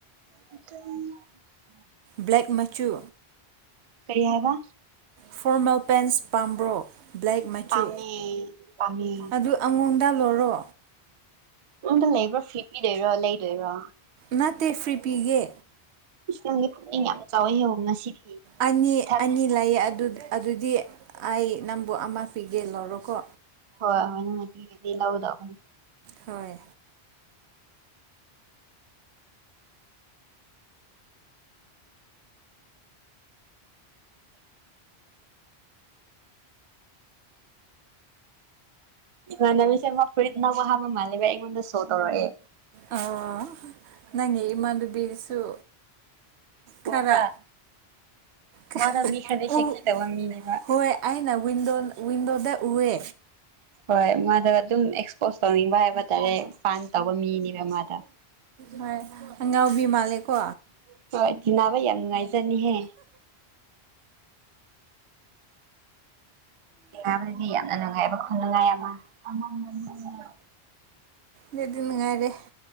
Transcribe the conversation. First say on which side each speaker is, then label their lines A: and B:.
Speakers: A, on the right; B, on the right.
A: ꯏ
B: ꯕ꯭ꯂꯦꯛ ꯃꯆꯨ
A: ꯀꯔꯤ ꯍꯥꯏꯕ꯫
B: ꯐꯣꯔꯃꯦꯜ ꯄꯦꯟꯁ ꯄꯥꯝꯕ꯭ꯔꯣ ꯕ꯭ꯂꯦꯛ ꯃꯆꯨ
A: ꯄꯥꯝꯃꯦ ꯄꯥꯝꯃꯦ
B: ꯑꯗꯨ ꯑꯩꯉꯣꯟꯗ ꯂꯧꯔꯣ꯫
A: <unintelligible> ꯂꯩꯕ꯭ꯔꯣ ꯐ꯭ꯔꯤ ꯄꯤꯗꯣꯏꯔꯣ ꯂꯩꯗꯣꯏꯔꯣ꯫
B: ꯅꯠꯇꯦ ꯐ꯭ꯔꯤ ꯄꯤꯒꯦ꯫
A: ꯢꯁ ꯅꯪꯗꯤ ꯄꯨꯛꯅꯤꯡ ꯌꯥꯝ ꯆꯥꯎꯋꯦꯍꯦ ꯉꯁꯤꯗꯤ꯫
B: ꯑꯅꯤ
A: ꯏꯊꯥ
B: ꯑꯅꯤ
A: ꯊꯥ
B: ꯂꯩꯌꯦ ꯑꯗꯨꯗꯤ ꯑꯩ꯫ ꯅꯝꯕꯨ ꯑꯃ ꯄꯤꯒꯦ ꯂꯧꯔꯣꯀꯣ꯫
A: ꯍꯣꯏ ꯍꯣꯏ ꯅꯪꯅ ꯄꯤꯒꯦꯗꯤ ꯂꯧꯔꯗꯕꯅꯤ꯫
B: ꯍꯣꯏ꯫
A: ꯏꯃꯥꯟꯅꯕꯤꯁꯦ ꯑꯃ ꯐꯨꯔꯤꯠ ꯅꯧꯕ ꯍꯥꯏꯕ ꯃꯥꯂꯦꯍꯦ ꯑꯩꯉꯣꯟꯗ ꯁꯣ ꯇꯧꯔꯛꯑꯦ꯫
B: ꯑꯥ ꯅꯪꯒꯤ ꯢꯃꯥꯟꯅꯕꯤꯁꯨ ꯈꯔ
A: ꯎꯕ꯭ꯔꯥ
B: <unintelligible>
A: ꯃꯥꯗꯣ ꯃꯤ ꯈꯔꯗꯤ ꯁꯦꯛꯁꯤ ꯇꯧꯕ ꯃꯤꯅꯦꯕ
B: ꯍꯣꯏ ꯑꯩꯅ ꯋꯥꯟꯗꯣ ꯋꯤꯟꯗꯣꯗ ꯎꯋꯦ꯫
A: ꯍꯣꯏ ꯃꯥꯗꯣ ꯑꯗꯨꯝ ꯑꯦꯛꯁꯄꯣꯁ ꯇꯧꯅꯤꯡꯕ ꯍꯥꯏꯕ ꯇꯥꯔꯦ <unintelligible> ꯇꯧꯕ ꯃꯤꯅꯤꯅ ꯃꯥꯗꯣ꯫
B: ꯍꯣꯏ ꯑꯉꯥꯎꯕꯤ ꯃꯥꯜꯂꯦꯀꯣ꯫
A: <unintelligible> <unintelligible> ꯌꯥꯝ ꯅꯨꯡꯉꯥꯏꯖꯅꯤꯍꯦ꯫ ꯥꯇꯤꯅꯕꯗꯗꯤ ꯌꯥꯝꯅ ꯅꯨꯡꯉꯥꯏꯕ ꯈꯨꯅꯨꯡꯉꯥꯏ ꯑꯃ <unintelligible>
B: ꯗꯨꯗꯤ ꯅꯨꯡꯉꯥꯏꯔꯦ꯫